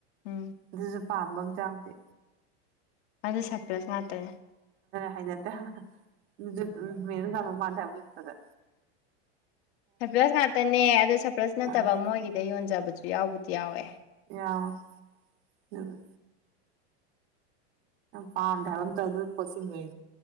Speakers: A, on the left; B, on the right.
A: ꯎꯝ
B: ꯑꯗꯨꯁꯨ ꯄꯥꯝꯕ ꯑꯝꯇ ꯌꯥꯎꯗꯦ
A: ꯑꯗꯨꯗ ꯁꯄ꯭ꯂꯁ ꯃꯥꯇꯅꯦꯦ
B: ꯍꯥꯏꯅꯗ ꯃꯅ ꯂꯅꯣ ꯃꯗꯄꯗ
A: ꯁꯔꯄ꯭ꯔꯁ ꯉꯇꯅꯦ ꯑꯗꯨ ꯁꯔꯄ꯭ꯔꯁ ꯅꯠꯇꯕ
B: ꯃꯥꯅꯤ
A: ꯃꯣꯏꯒꯤꯗ ꯌꯣꯟꯖꯕꯁꯨ ꯌꯥꯎꯕꯗꯤ ꯌꯥꯎꯋꯦ
B: ꯌꯥꯗꯤ ꯄꯝ ꯊꯔꯝ ꯇ ꯑꯗꯨ ꯑꯗꯨ ꯄꯁꯤꯤꯟꯕꯣꯏ